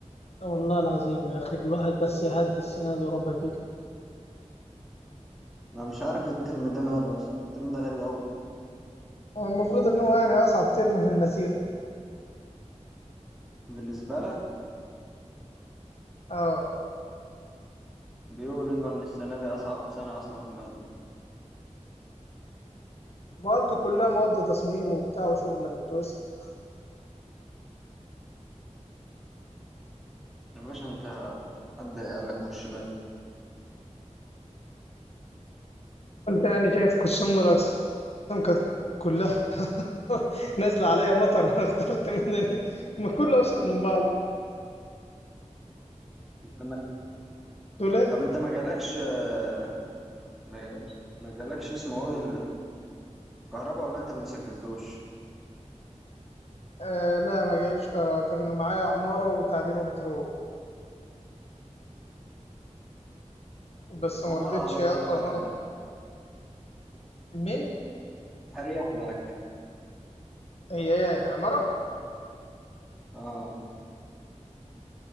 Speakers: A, on the left; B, in the centre.
A: لا والله العظيم يا أخي الواحد بس يعدي السنة دي وربك يكرم
B: انا مش عارف الترم ده ماله اصلا الترم ده غريب قوي
A: هو المفروض ان هو يعني اصعب ترم في المسيره
B: بالنسبه لك
A: اه
B: بيقولوا ايوه ان السنه دي اصعب سنه اصلا في الماده
A: مواد كلها مواد تصميم وبتاع وشغله بالتويست
B: يا باشا انت حد قال لك خش مدني
A: انت يعني شايف قسم من الاقسام كانت كلها <laughs> نازله عليا مطر انا اخترت مدني ما كله اوسخ من بعض
B: انت ما...
A: تقول ايه
B: طب انت ما جالكش آه، ما جالكش ما جالكش اسمه ايه الكهرباء ولا انت اللي مسجلتوش
A: آه لا ما جاليش كهرباء كان معايا عماره وتعدين وبترول بس
B: عمر
A: ما رضيتش
B: على الطلاق
A: ادخل
B: كان
A: عماره
B: اريح
A: مين
B: اريح لك
A: هي هي عمارة
B: اه